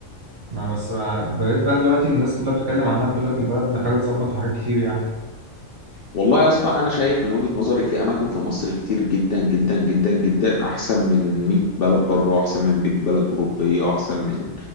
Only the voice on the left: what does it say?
والله يا اسطى انا شايف من وجهة نظري في اماكن في مصر كتير جدا جدا جدا جدا احسن من 100 بلد بره احسن من 100 بلد اوروبيه احسن من